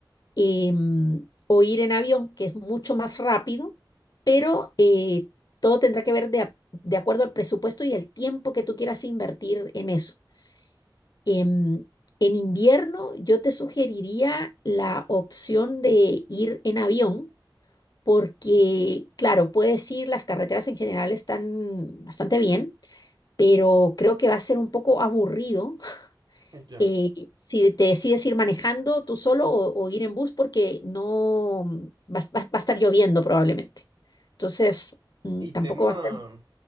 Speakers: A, on the left; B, on the right.
A: em, o ir en avión, que es mucho más rápido, pero eh, todo tendrá que ver de, a- de acuerdo al presupuesto y el tiempo que tú quieras invertir en eso. Em, en invierno yo te sugeriría la opción de ir en avión porque, claro, puedes ir, las carreteras en general están bastante bien, pero creo que va a ser un poco aburrido <laughs>
B: Ya.
A: eh, si te decides ir manejando tú solo o, o ir en bus porque no mm, va, a va a- va a estar lloviendo probablemente. Entonces, mm,
B: Y
A: tampoco
B: tema,
A: va a ser...
B: o